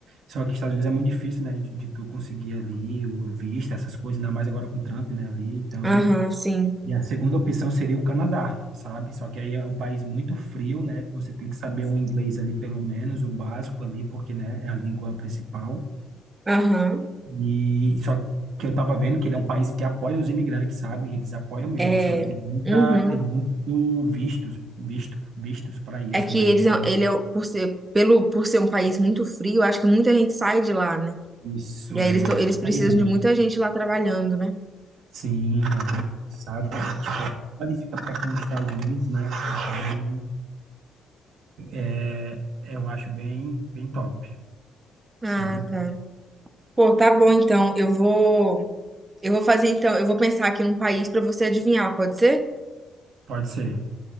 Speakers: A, on the right (about 70°); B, on the right (about 25°).
A: Só que Estados Unidos é muito difícil, né, de, de tu conseguir ali o visto, essas coisas, ainda mais agora com o Trump, né, ali, então...
B: Aham, sim.
A: E a segunda opção seria o Canadá, sabe? Só que aí é um país muito frio, né? Você tem que saber um inglês ali, pelo menos, o básico ali, porque, né, é a língua principal.
B: Aham.
A: E só que eu tava vendo que ele é um país que apoia os imigrantes, sabe? Eles apoiam mesmo,
B: É.
A: sabe? Tem muita,
B: Uhum.
A: tem muito vistos, visto, vistos para isso,
B: É que
A: né?
B: eles,
A: Então,
B: é- ele é, por ser, pelo, por ser um país muito frio, acho que muita gente sai de lá, né?
A: isso
B: E aí
A: é
B: eles, tão-
A: justamente
B: eles precisam de muita gente lá trabalhando, né?
A: Sim, é bem, sabe? Tipo, como ele fica perto dos Estados Unidos, né? Então, é, eu acho bem, bem top,
B: Ah,
A: sabe?
B: tá. Pô, tá bom então. Eu vou. Eu vou fazer então, eu vou pensar aqui num país pra você adivinhar, pode ser?
A: Pode ser.